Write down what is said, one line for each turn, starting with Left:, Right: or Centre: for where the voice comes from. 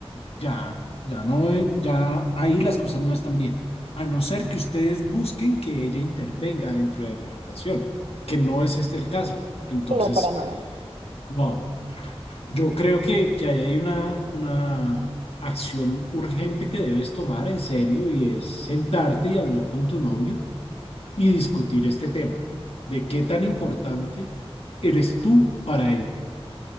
Left: ya, ya no, ya ahí las cosas no están bien. A no ser que ustedes busquen que ella intervenga dentro de la relación, que no es este el caso. Entonces,
Right: sino para nada.
Left: wow. Yo creo que, que ahí hay una, una acción urgente que debes tomar en serio y es sentarte y hablar con tu novio y discutir este tema de qué tan importante eres tú para él.